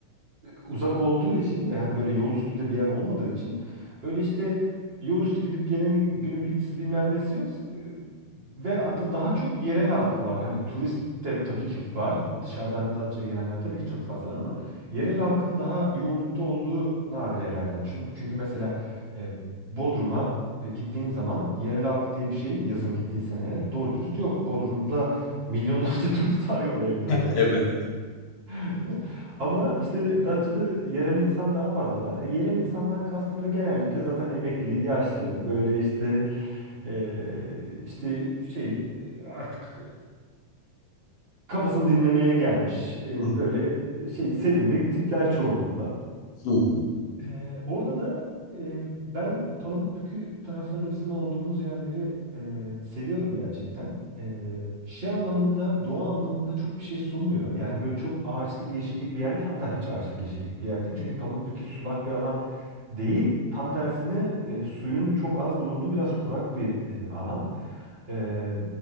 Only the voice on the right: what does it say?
uzak olduğu için ve hani böyle yol üstü de bir yer olmadığı için öyle işte Yol üstü gidip geleni günübirliklisi bilmem nesi yok. E, Ve hatta daha çok yerel halkı var. Hani turist de tabii ki var. Dışarıdan Datça'ya gelenler tabii ki çok fazla var ama yerel halkın daha yoğunlukta olduğu nadir yerlerden. Çün- Çünkü mesela e, Bodrum'a e, gittiğin zaman yerel halk diye bir şey yazın gittiysen eğer doğru dürüst yok. Bodrum'da milyonlarca <laughs> turist var ya oraya gelen
yani
örneğin. Değil mi? Ama işte Datça'da yerel insan daha fazla var. E, yerel insandan kastım da genellikle zaten emekli, yaşlı, böyle işte e, işte şey e, artık e, kafasını dinlemeye gelmiş e,
böyle e, şey sevimli tipler çoğunlukla.
Ee, orada da e, ben Palamutbükü taraflarını bizim olduğumuz yerleri e, seviyorum gerçekten. Ee, şey anlamında, doğa anlamında çok bir şey sunmuyor. Yani böyle çok ağaçlık, yeşillik bir yer değil. Hatta hiç ağaçlık, yeşillik bir yer değil. Çünkü Palamutbükü sulak bir alan değil. Tam tersine e, suyun çok az bulunduğu biraz kurak bir e, alan. Ee,